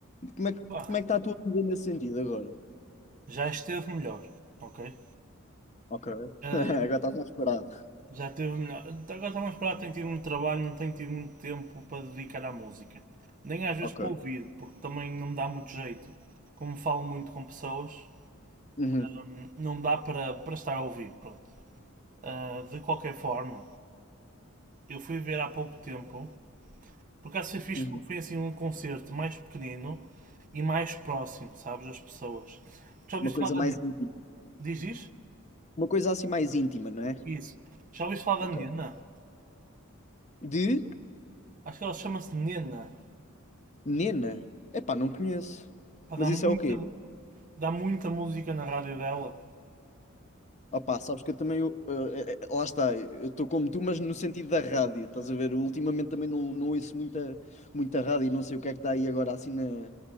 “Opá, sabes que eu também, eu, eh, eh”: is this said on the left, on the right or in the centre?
Left